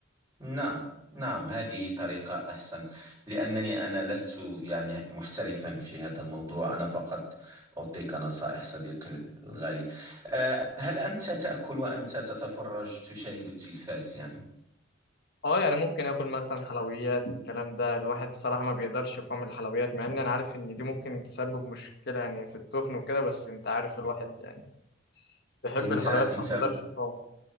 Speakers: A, on the right; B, on the left.
A: نعم نعم هذه طريقة أحسن لأنني أنا لست يعني محترفا في هذا الموضوع أنا فقط أعطيك نصائح صديقي الغالي آه، هل أنت تأكل وأنت تتفرج تشاهد التلفاز يعني؟
B: اه يعني ممكن اكل مثلا حلويات الكلام ده الواحد الصراحه ما بيقدرش يقاوم الحلويات مع ان انا عارف ان دي ممكن تسبب مشكله يعني في التخن وكده بس انت عارف الواحد يعني بيحب
A: أنت
B: الحلويات
A: أنت
B: فما بيقدرش يقاوم